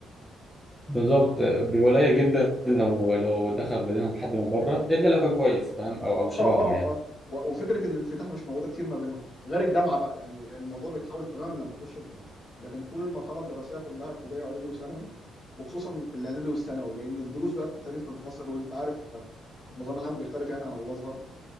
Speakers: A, in the centre; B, on the left.
A: بالظبط بيبقى قليل جدا لو لو دخل بينهم حد من بره الا لو كان كويس فاهم او او
B: اه
A: شبههم
B: اه
A: يعني
B: اه و- وفكره الانفتاح مش موجوده كتير ما بينهم غير الجامعه بقى يعني الموضوع بيتحول تماما لما تخش الجامعه لكن طول المرحله الدراسيه كلها ابتدائي واعدادي وثانوي وخصوصا الاعدادي والثانوي لان الدروس بقى بتبتدي تنفصل وانت عارف النظام العام بيختلف يعني عن الازهر